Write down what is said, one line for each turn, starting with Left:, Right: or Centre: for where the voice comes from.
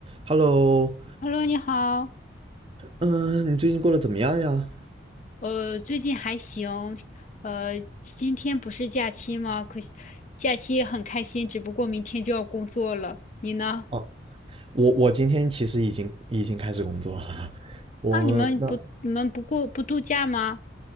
Right: Hello，
Left: Hello，你好，
Right: 嗯，你最近过得怎么样呀？
Left: 呃，最近还行，呃，今天不是假期吗？可惜假期很开心，只不过明天就要工作了。你呢？
Right: 哦，我我今天其实已经已经开始工作了。<laughs> 我那
Left: 啊，你们不，你们不过不度假吗？